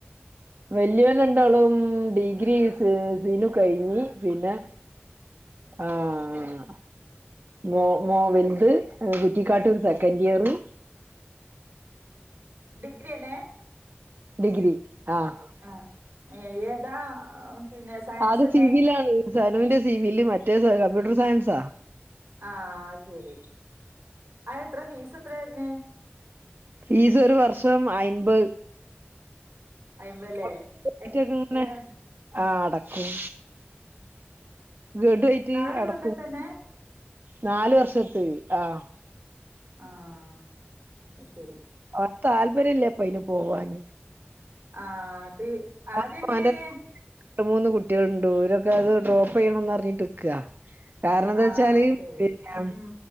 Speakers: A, on the right; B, on the right.
A: വല്യോല് രണ്ടാളും ഡിഗ്രി സ സീനു കഴിഞ്ഞി പിന്നെ ആഹ് മ മോ വെൽത്ത് കുറ്റിക്കാട്ടൂര് സെക്കൻഡിയറ്
B: ഡിഗ്രി എന്നെ
A: ഡിഗ്രി ആഹ്
B: ആഹ് ഏതാ പിന്നെ സയൻസ്
A: ആ അത്
B: തന്നെ
A: സിബിൽ ആണ് സനുന്റെ സിബിയില് മറ്റേ കമ്പ്യൂട്ടർ സയൻസാ
B: ആഹ് ശെരി ആ എത്ര ഫീസ് എത്രാവെര്ന്ന്
A: ഫീസ് ഒരു വർഷം അയ്മ്പത്
B: അയിമ്പല്ലേ
A: <unintelligible>
B: എത്ര ഏഹ്
A: ആ അടക്കും ഗഡുയായിട്ട്
B: നാല്
A: അടക്കും
B: കൊല്ലം തന്നെ
A: നാല് വർഷത്ത് ആഹ്
B: ആഹ് അയ്ശെരി
A: ഓൻ താല്പര്യം ഇല്ല അപ്പയിന് പോവാന്
B: ആഹ് അത് ആദ്യം
A: ഓൻപ്പൊ
B: എങ്ങനെന്
A: ഓൻ്റെ <unintelligible> രണ്ട് മൂന്ന് കുട്ടിയളുണ്ട് ഇരൊക്കെ അത് ഡ്രോപ്പ് ചെയ്യണംന്ന്റ്ഞ്ഞിട്ട് നിക്ക കാരണം എന്താച്ചാല്
B: ആഹ് ശരി
A: പിന്നെ
B: ഉം ഉം